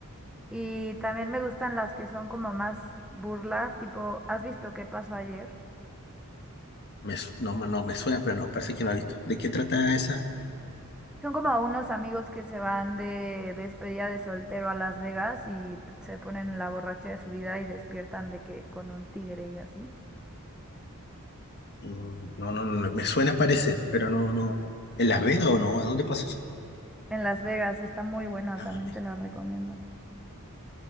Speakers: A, in the centre; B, on the left.
A: Y también me gustan las que son como más burla, tipo, ¿has visto qué pasó ayer?
B: Me su- no, no me suena, pero no, parece que no he visto. ¿De qué trata esa?
A: Son como unos amigos que se van de despedida de soltero a Las Vegas y t- se ponen en la borracha de su vida y despiertan de que con un tigre y así.
B: Mm, No, no, no, me suena, parece, pero no, no. ¿En Las Vegas o no? ¿A dónde pasó eso?
A: En Las Vegas está muy buena,
B: Ah,
A: también
B: me-
A: te la recomiendo.